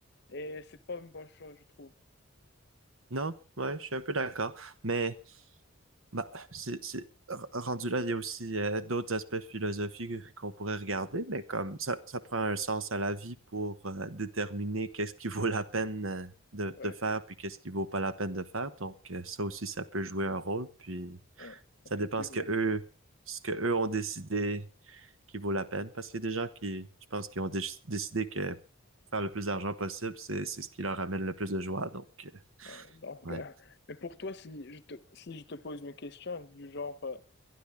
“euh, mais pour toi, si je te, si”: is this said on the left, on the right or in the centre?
Left